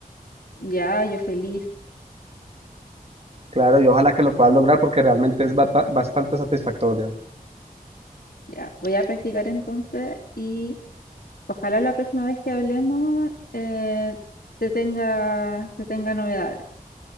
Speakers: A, on the left (about 85°); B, on the right (about 45°).
A: Ya, yo feliz.
B: Claro, y ojalá que lo puedas lograr porque realmente es bata- bastante satisfactorio.
A: Ya, voy a practicar entonces y ojalá la próxima vez que hablemos eh, te tenga, te tenga novedades.